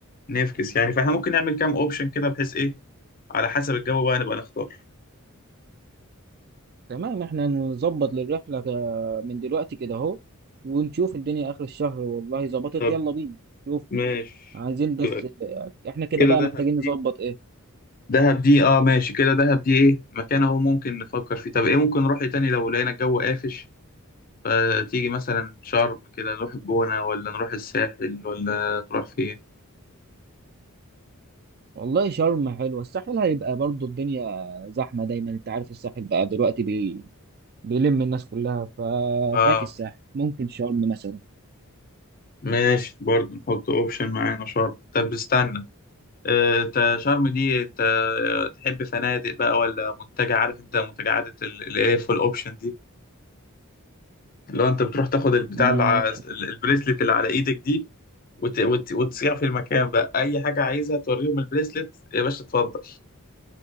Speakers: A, on the left; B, on the right.
A: نفكس يعني فاحنا ممكن نعمل كام اوبشن كده بحيث ايه على حسب الجو بقى نبقى نختار
B: تمام احنا نظبط للرحلة ك- من دلوقتي كده اهو ونشوف الدنيا آخر الشهر والله ظبطت
A: طب
B: يلا بينا شوف
A: ماشي
B: عايزين بس
A: يبقى
B: اه، احنا كده
A: كده
B: بقى
A: دهب
B: محتاجين
A: دي
B: نظبط ايه
A: دهب دي اه ماشي كده دهب دي ايه مكان اهو ممكن نفكر فيه طب ايه ممكن نروح إيه تاني لو لقينا الجو قافش فتيجي مثلا شرم كده نروح الجونة ولا نروح الساحل ولا تروح فين
B: والله شرم حلوة الساحل هيبقى برضو الدنيا زحمة دايما انت عارف الساحل بقى دلوقتي بي... بيلم الناس كلها ففاك
A: اه
B: الساحل ممكن شرم مثلا
A: ماشي برضه نحط اوبشن معانا شرم طب استنى آه، انت شرم دي انت آه، تحب فنادق بقى ولا منتجع عارف انت منتجعات الاف والاوبشن دي اللي هو انت بتروح تاخد البتاع
B: ما
A: اللي ع- البريسلت اللي على ايدك دي وت... وت... وتصيع في المكان بقى اي حاجه عايزها توريهم البريسلت يا باشا اتفضل